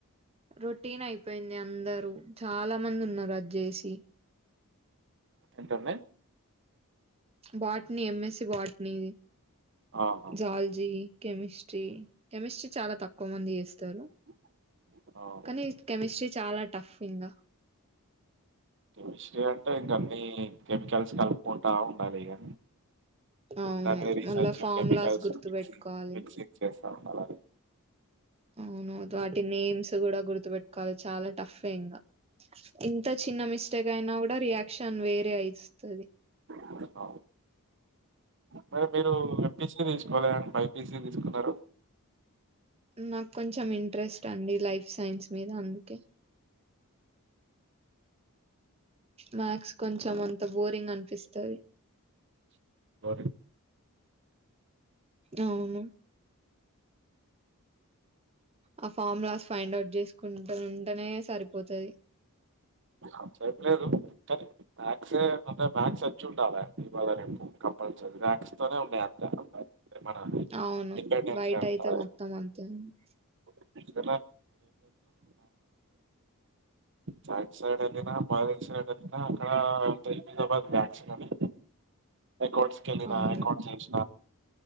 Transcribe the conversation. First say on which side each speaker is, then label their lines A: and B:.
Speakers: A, on the right (about 25°); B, on the right (about 55°).
A: రొటీన్ అయిపోయింది అందరూ, చాలా మందున్నరు అది జేసి.
B: ఏంటన్డి
A: బాట్నీ ఎమ్ఎస్సి బాట్నీ
B: ఆహా!
A: జాలజీ కెమిస్ట్రీ కెమిస్ట్రీ చాలా తక్కువ మంది చేస్తారు
B: <inaudible> అవును.
A: కానీ కెమిస్ట్రీ చాలా టఫ్ ఇంగా
B: కెమిస్ట్రీ అంటే ఇంక అన్ని కెమికల్స్ కలుపుకుంటా ఉండాలి ఇగ
A: అవును
B: దాన్ని మీదా రీసెర్చ్
A: మళ్ళా ఫార్ములాస్
B: కెమికల్స్
A: గుర్తు
B: మిక్ంగ్
A: పెట్టుకోవాలి
B: మిక్సింగ్ చేస్తా ఉండాల
A: అవును వాటి నేమ్స్ కూడా గుర్తుపెట్టుకోవాలి చాలా టాఫ్ ఏ ఇంకా ఇంత చిన్న మిస్టేక్ అయినా కూడా రియాక్షన్ వేరే అయిస్తది
B: మరి మరి మీరు ఏంపీసీ తీసుకోవాలి గానీ బై పి సి తీసుకున్నారు
A: నాకు కొంచెం ఇంట్రెస్ట్ అండి లైఫ్ సైన్స్ మీద అందుకే మ్యాథ్స్ కొంచెం అంత బోరింగ్ అనిపిస్తది
B: బోరింగ్
A: అవును ఆ ఫాములాస్ ఫైండ్ ఔట్ చేసుకుంటూ ఉంటేనే సరిపోతది
B: అట్లా ఏం లేదు <inaudible> మ్యాథ్స్ ఏ అంటే మ్యాథస్ వచ్చి ఉండాలి ఇవాళ రేపు కంపల్సరీ మ్యాథస్ తోనే ఉన్నాయి అంత మన
A: అవును
B: డిపెండెన్సీ
A: బయట
B: అంతా
A: అయితే మొత్తం అంతే ఉంది
B: <inaudible> మ్యాథ్స్ సైడ్ వెళ్ళిన బయాలజీ సైడ్ వెళ్ళినా అక్కడ <inaudible> లోనే అకౌంట్స్ కెలినా
A: అవును
B: అకౌంట్స్